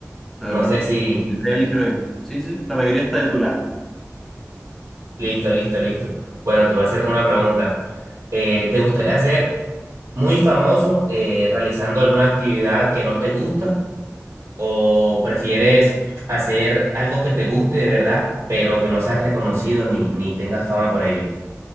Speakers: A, in the centre; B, on the right (about 70°).
A: Estoy
B: No
A: de acuerdo.
B: sé si...
A: De tres elige lo mismo. Sí, sí, sí, la mayoría está de tu lado.
B: Listo, listo, listo. Bueno, te voy a hacer una pregunta. Eh, ¿te gustaría ser muy famoso eh, realizando alguna actividad que no te gusta? ¿O prefieres hacer algo que te guste de verdad, pero que no seas reconocido ni, ni tengas fama por ello?